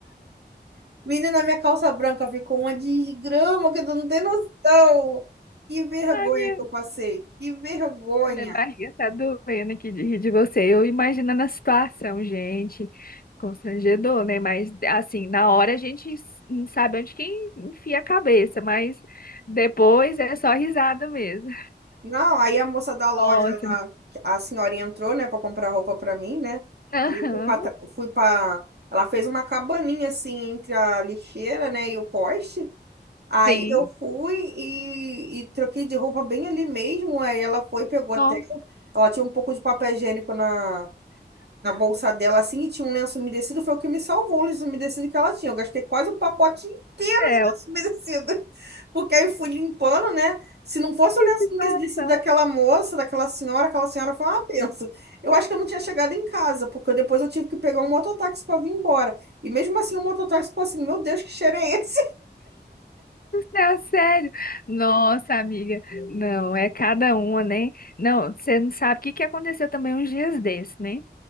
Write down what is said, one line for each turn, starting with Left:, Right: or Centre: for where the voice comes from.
Right: <laughs> Menina, minha calça branca ficou uma desgrama que tu não tem noção. Que vergonha
Left: Ai, minha,
Right: que eu passei. Que vergonha.
Left: minha barriga tá doendo aqui de rir de você. Eu imaginando a situação, gente. Constrangedor, né? Mas, assim, na hora a gente s- não sabe onde que enfia a cabeça, mas depois é só risada mesmo.
Right: Não, aí a moça da loja
Left: Nossa.
Right: lá, a senhorinha entrou, né, pra comprar roupa pra mim, né?
Left: Aham,
Right: Aí fui pra, tra- fui pra. Ela fez uma cabaninha assim entre a lixeira, né, e o poste. Aí
Left: sim.
Right: eu fui e, e troquei de roupa bem ali mesmo. Aí ela foi, pegou até.
Left: Nossa.
Right: Ela tinha um pouco de papel higiênico na, na bolsa dela assim e tinha um lenço umedecido, foi o que me salvou o lenço umedecido que ela tinha. Eu gastei quase o pacote inteiro
Left: é,
Right: de lenço umedecido. <laughs> Porque aí fui limpando, né? Se não fosse
Left: Que
Right: o lenço
Left: situação
Right: umedecido daquela moça, daquela senhora, aquela senhora foi uma benção. Eu acho que eu não tinha chegado em casa, porque depois eu tive que pegar um mototáxi para vir embora. E mesmo assim o mototáxi ficou assim, meu Deus, que cheiro é esse?
Left: fixa, sério. Nossa, amiga, não, é cada uma, né? Não, você não sabe o que que aconteceu também uns dias desses, né?